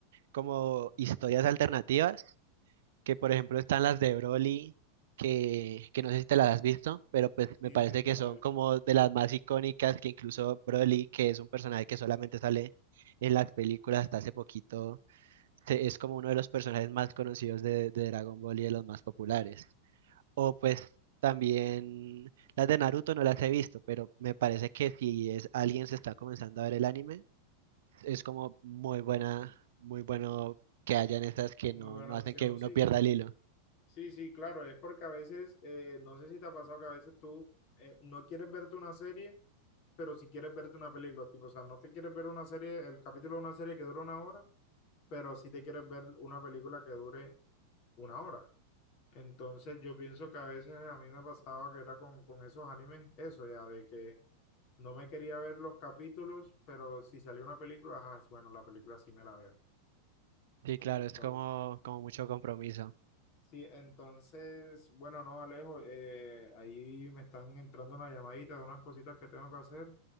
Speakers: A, on the right; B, on the left.
A: como historias alternativas, que por ejemplo están las de Broly, que, que no sé si te las has visto, pero pues
B: Sí,
A: me parece
B: sí, me
A: que son
B: las he visto.
A: como de las más icónicas, que incluso Broly, que es un personaje que solamente sale en las películas hasta hace poquito, se- es como uno de los personajes más conocidos de, de Dragon Ball y de los más populares. O pues también las de Naruto no las he visto, pero me parece que si es alguien se está comenzando a ver el anime, es como muy buena, muy bueno que hayan estas que
B: Muy
A: no,
B: buena
A: no
B: opción,
A: hacen que uno
B: sí.
A: pierda el hilo.
B: Sí, sí, claro, es porque a veces, eh, no sé si te ha pasado que a veces tú eh, no quieres verte una serie, pero si quieres verte una película, tipo, o sea, no te quieres ver una serie, el capítulo de una serie que dura una hora, pero sí te quieres ver una película que dure una hora. Entonces yo pienso que a veces a mí me pasaba que era con, con esos animes, eso ya, de que no me quería ver los capítulos, pero si salía una película, ajá, sí, bueno, la película sí me la veo.
A: Sí,
B: Entonces,
A: claro, es como, como mucho compromiso.
B: sí, entonces, bueno, no, Alejo, eh, ahí me están entrando una llamadita de unas cositas que tengo que hacer.